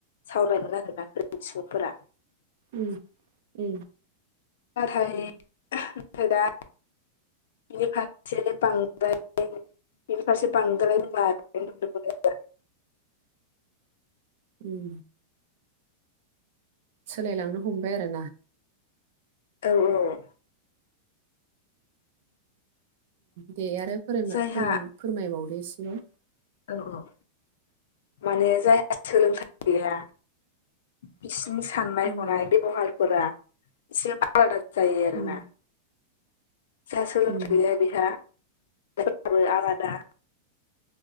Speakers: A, on the left (about 80°); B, on the right (about 50°).
A: सावरायमोन आरोना फोरोंनि सुबुंफोरा।
B: उम उम।
A: नाथाय ओ दा बेनि फारसे बांद्राय <unintelligible> बिनि फारसे बांद्राय बुंबा <unintelligible>
B: उम सोलायलांनो हमबाय आरो ना।
A: औ औ ‌।
B: दे आरो फोर
A: जायहा
B: फोरों फोरमायबावदो एसे।
A: औ औ माने जायहा सोलोंथाइ गैया बिसिनि साननाय
B: उम
A: हनाय बेबहारफोरा एसे आलादा जायो आरोना।
B: उम
A: <unintelligible>
B: उम
A: बिहा <unintelligible> आलादा